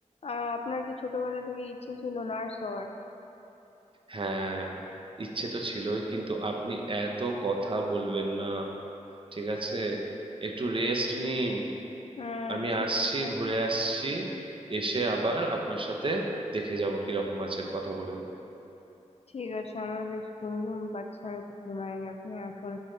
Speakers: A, on the left; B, on the right.
A: আর আপনার কি ছোটবেলা থেকে ইচ্ছে ছিল নার্স হওয়ার
B: হ্যাঁ ইচ্ছে তো ছিলই কিন্তু আপনি এত কথা বলবেন না ঠিক আছে একটু রেস্ট নিন
A: হ্যাঁ
B: আমি
A: ঠিক
B: আসছি
A: আছে
B: ঘুরে আসছি এসে আবার আপনার সাথে দেখে যাব কিরকম আছেন কথা বলে যাব
A: ঠিক আছে আমার বেশ ঘুম ঘুম পাচ্ছে আমি একটু ঘুমাই আপনি আসুন